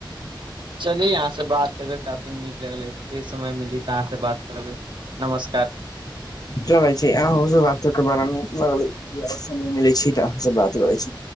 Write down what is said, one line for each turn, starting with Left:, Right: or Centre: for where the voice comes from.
Right: चलि अहाँ से बात क क काफी नीक लगले फेर समय मिलित अहाँ से बात करबै नमस्कार
Left: चलै छि अहो से बात क क बरा निक लगलै समय मिले छै त अह सब बात करै छि